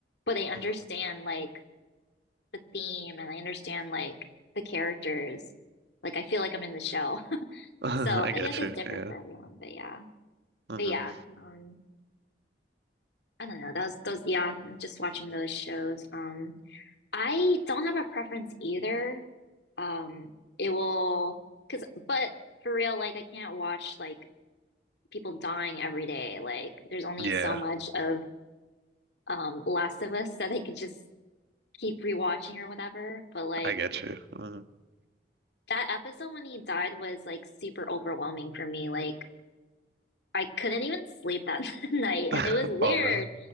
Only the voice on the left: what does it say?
But I understand
like the theme and I understand like the characters. Like I feel like I'm in the show. <laughs>
So I
guess it's
different
for everyone, but yeah.
But yeah, um I don't know. That was those yeah, I'm just watching those shows. Um I don't have a preference either. Um it will cause but for real like I can't watch like people dying every day. Like there's only
so much of um Last of Us that I could just keep rewatching or whatever. But like
that episode when he died was like super overwhelming for me. Like I couldn't even sleep that <laughs> night,
and it was weird.